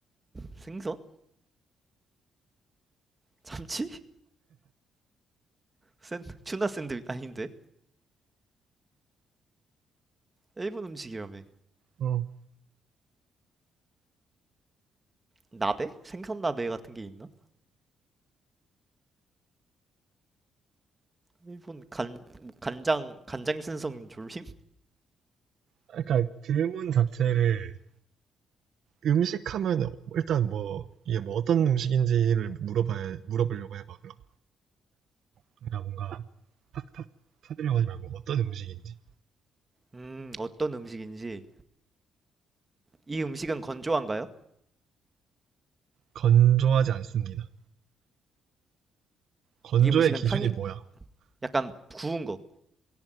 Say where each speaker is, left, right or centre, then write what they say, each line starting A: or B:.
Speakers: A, on the right; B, on the right.
A: 생선? 참치? <laughs> 샌 튜나 샌드 아닌데. 일본 음식이라며.
B: 어.
A: 나베? 생선 나베 같은 게 있나? 일본 간 뭐 간장 간장 생선 졸림?
B: 그러니까 질문 자체를 음식 하면 일단 뭐, 이게 뭐 어떤 음식인지를 물어봐야, 물어보려고 해봐, 그럼. 그러니까 뭔가 탁탁 사들려고 하지 말고 어떤 음식인지.
A: 음, 어떤 음식인지. 이 음식은 건조한가요?
B: 건조하지 않습니다. 건조의
A: 이 음식은
B: 기준이
A: 탕이
B: 뭐야?
A: 약간 구운 거.